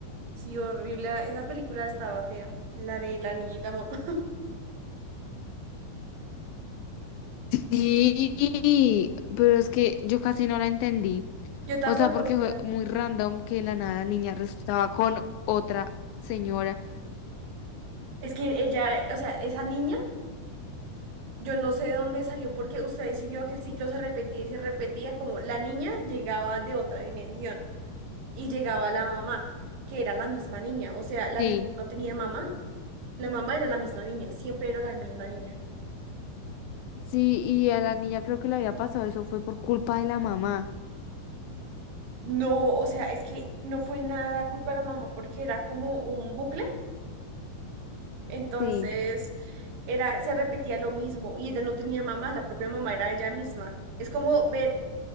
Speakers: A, on the right (about 85°); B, on the left (about 80°).
A: Sí, horrible. Esa película estaba fea. La de la niña y la mamá. <laughs>
B: Sí, pero es que yo casi no la entendí.
A: Yo tampoco,
B: O sea, porque
A: o sea,
B: fue muy random que de la nada la niña resultaba con otra señora.
A: es que ella, o sea, esa niña, yo no sé de dónde salió porque usted sí vio que el ciclo se repetía y se repetía, como la niña llegaba de otra dimensión y llegaba la mamá, que era la misma niña, o sea, la
B: Sí,
A: niña no tenía mamá, la mamá era la misma niña, siempre era la misma niña.
B: sí, y a la niña creo que le había pasado eso fue por culpa de la mamá.
A: No, o sea, es que no fue nada culpa de la mamá porque era como un bucle Entonces,
B: Sí,
A: era, se repetía lo mismo y ella no tenía mamá, la propia mamá era ella misma. Es como ver